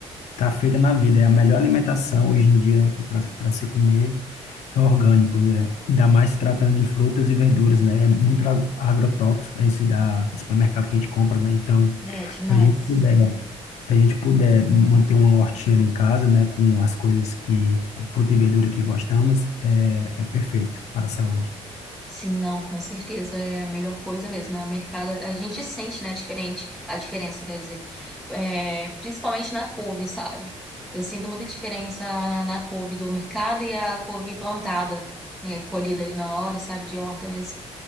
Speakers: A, on the left; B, in the centre.
A: tá feita na vida. É a melhor alimentação hoje em dia, né, que para para se comer é orgânico, né? Ainda mais se tratando de frutas e verduras, né? É muito ag- agrotóxico é esse da do supermercado que a gente compra, né? Então,
B: É demais.
A: se a gente puder, se a gente puder manter uma hortinha em casa, né, com as coisas que a fruta e verdura que gostamos, é, é perfeito para a saúde.
B: Sim, não, com certeza é a melhor coisa mesmo, né? O mercado, a gente sente, né, diferente, a diferença, quer dizer, é, principalmente na couve, sabe? Eu sinto muita diferença na, na couve do mercado e a couve plantada, é, colhida ali na hora, sabe, de horta mesmo.